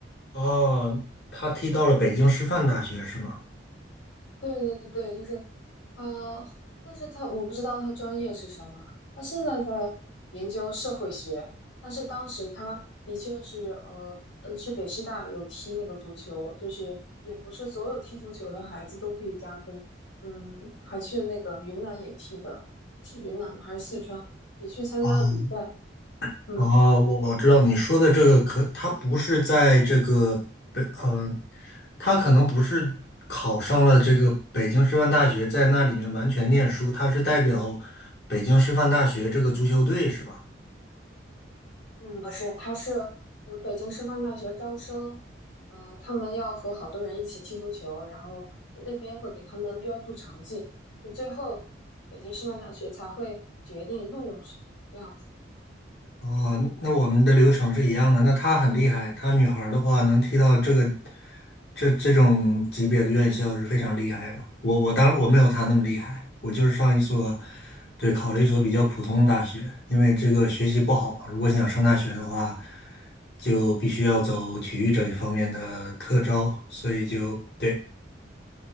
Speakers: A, on the left (about 55°); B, on the left (about 80°).
A: 哦，他踢到了北京师范大学是吗？
B: 对对对，就是他，但是他我不知道他专业是什么，他现在在研究社会学，但是当时他的确是呃呃去北师大有踢那个足球，就是也不是所有踢足球的孩子都可以加分，嗯，还去那个云南也踢了，是云南吗还是四川也去参加了比赛，
A: 哦，
B: 嗯。
A: 哦，我我知道你说的这个可，他不是在这个北，呃，他可能不是考上了这个北京师范大学，在那里面完全念书，他是代表北京师范大学这个足球队是吧？
B: 嗯，不是，他是有北京师范大学招生，呃，他们要和好多人一起踢足球，然后那边会给他们标注成绩，就最后北京师范大学才会决定录用谁，这样子。
A: 哦，那我们的流程是一样的。那她很厉害，她女孩儿的话能踢到这个这这种级别的院校是非常厉害的。我我当然我没有她那么厉害，我就是上一所，对，考了一所比较普通的大学，因为这个学习不好嘛。如果想上大学的话，就必须要走体育这一方面的特招，所以就对。